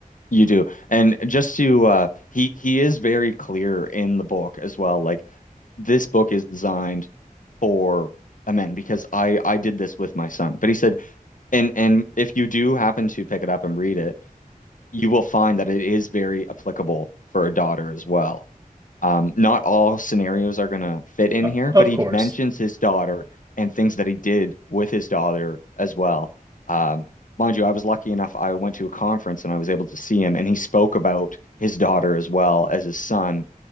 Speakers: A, on the left; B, on the right.
A: You do. And just to uh he he is very clear in the book as well. Like this book is designed for a man because I I did this with my son. But he said and and if you do happen to pick it up and read it, you will find that it is very applicable for a daughter as well. Um, not all scenarios are going to fit in
B: O-
A: here,
B: Of
A: but he
B: course.
A: mentions his daughter and things that he did with his daughter as well. Um, mind you, I was lucky enough, I went to a conference and I was able to see him, and he spoke about his daughter as well as his son